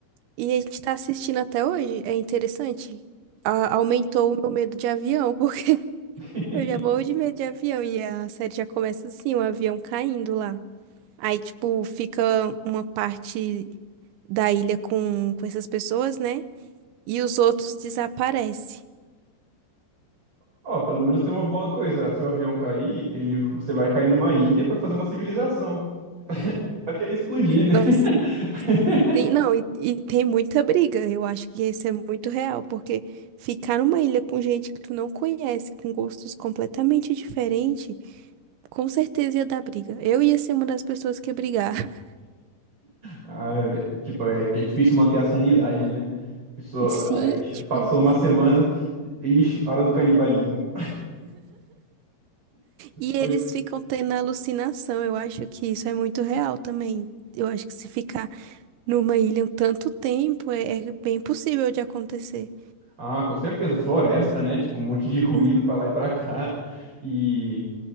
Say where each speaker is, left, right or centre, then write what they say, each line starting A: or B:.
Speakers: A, on the right (about 85°); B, on the right (about 25°).
A: e a gente tá assistindo até hoje. É interessante. A- aumentou o meu medo de avião, <laughs> porque
B: <laughs>
A: eu já morro de medo de avião, e a série já começa assim, um avião caindo lá. Aí, tipo, fica uma parte da ilha com, com essas pessoas, né? E os outros desaparecem.
B: Ó, pelo menos tem uma boa coisa. Se o avião cair, ele, você vai cair numa ilha pra fazer uma civilização. Só que ele explodir, né?
A: Nossa,
B: <laughs>
A: tem- não, e, e tem muita briga. Eu acho que isso é muito real, porque ficar numa ilha com gente que tu não conhece, com gostos completamente diferentes, com certeza ia dar briga. Eu ia ser uma das pessoas que ia brigar. <laughs>
B: Ah, tipo, é que é difícil manter a sanidade, né? Pessoa,
A: Sim,
B: aí
A: tipo,
B: passou uma semana, ixi, hora do canibalismo.
A: e
B: Foi-
A: eles ficam tendo alucinação. Eu acho que isso é muito real também. Eu acho que se ficar numa ilha em tanto tempo é, é bem possível de acontecer.
B: Ah, com certeza, floresta, né? Tipo, um monte de ruído
A: Hum,
B: pra lá e pra cá. E